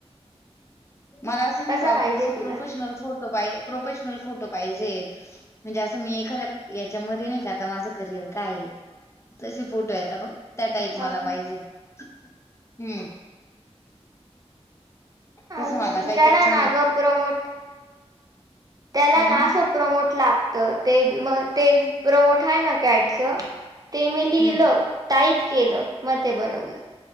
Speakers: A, on the left; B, on the right.
A: मला असं नाही
B: कसा
A: का
B: पाहिजे
A: असं
B: तुला
A: प्रोफेशनल फोटो पाय प्रोफेशनल फोटो पाहिजे हे. म्हणजे असं मी एखाद्या याच्यामध्ये नाही का आता माझं करिअर काय हे. तशे फोटो यता बघ त्या टाईप
B: हा
A: मला
B: हा
A: पाहिजे हम्म. तसं
B: अजून
A: मला काहीतरी
B: त्याला
A: छान
B: नाग प्रमोट त्याला
A: हम्म
B: ना, असं प्रमोट लागत ते म ते प्रमोट आहे ना कॅटच. ते मी लिहिलं
A: हम्म
B: टाईप केलं म ते बनवलं.